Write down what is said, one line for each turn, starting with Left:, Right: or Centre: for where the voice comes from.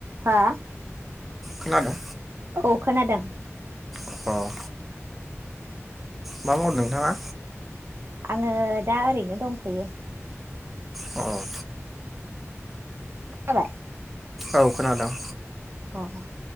Right: हा?
Centre: खोनादों?
Right: औ खोनादों।
Centre: अह मा मावदों नोंथाङा?
Right: आङो दा ओरैनो दंथ'यो।
Centre: अह।
Right: नाबाय
Centre: औ खोनादों।
Right: अह।